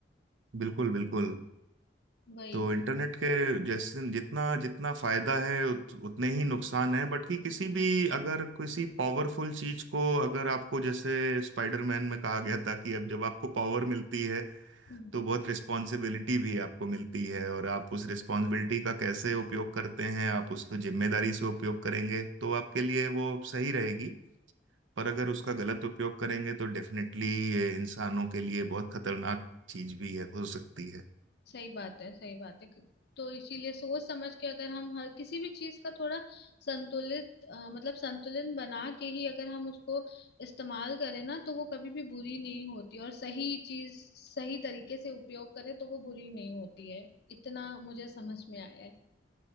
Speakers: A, on the right; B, on the left.
A: बिल्कुल बिल्कुल
B: वही
A: तो इंटरनेट के जैसे जितना जितना फायदा है उत, उतने ही नुकसान है बट कि किसी भी अगर किसी पावरफुल चीज को अगर आपको जैसे स्पाइडरमैन में कहा गया था कि अब जब आपको पावर मिलती है
B: हम्म।
A: तो बहुत रिस्पॉन्सिबिलिटी भी आपको मिलती है और आप उस रिस्पॉन्सिबिलिटी का कैसे उपयोग करते हैं आप उसको जिम्मेदारी से उपयोग करेंगे तो आपके लिए वो सही रहेगी पर अगर उसका गलत उपयोग करेंगे तो डेफिनेटली ये इंसानों के लिए बहुत खतरनाक चीज भी है हो सकती है
B: सही बात है सही बात है क- तो इसीलिए सोच समझ के अगर हम हर किसी भी चीज का थोड़ा संतुलित अ, मतलब संतुलन बना के ही अगर हम उसको इस्तेमाल करें ना तो वो कभी भी बुरी नहीं होती और सही चीज सही तरीके से उपयोग करें तो वो बुरी नहीं होती है इतना मुझे समझ में आया है